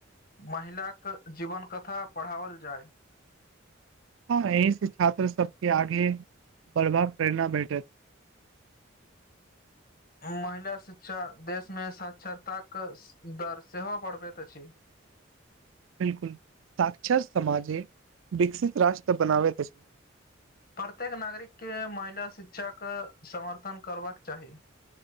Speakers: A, on the left; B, on the right.
A: महिलाक के जीवन कथा पढ़ाओल जाय
B: हँ यहीं से छात्र सबके आगे बढ़बा प्रेरणा भेटैत
A: महिला शिक्षा देशमे साक्षरताक दर सेहो बढ़बैत अछि
B: बिलकुल साक्षर समाजे विकसित राष्ट्र बनाबैत छै
A: प्रत्येक नागरिक के महिला शिक्षाके समर्थन करबाक चाहि